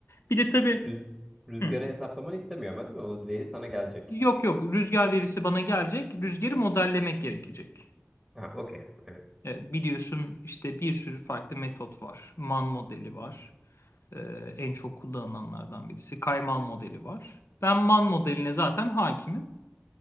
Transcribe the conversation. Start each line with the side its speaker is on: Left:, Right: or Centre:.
Left: Bir de tabii
Centre: Rüz rüzgarı
Left: hı,
Centre: hesaplamanı istemiyor ama değil mi? O veri sana gelecek.
Left: Yok yok rüzgar verisi bana gelecek. Rüzgarı modellemek gerekecek.
Centre: Ha okey. Evet.
Left: Evet, biliyorsun işte bir sürü farklı metot var. Man modeli var. Ee, en çok kullanılanlardan birisi. Kaymal modeli var. Ben man modeline zaten hakimim.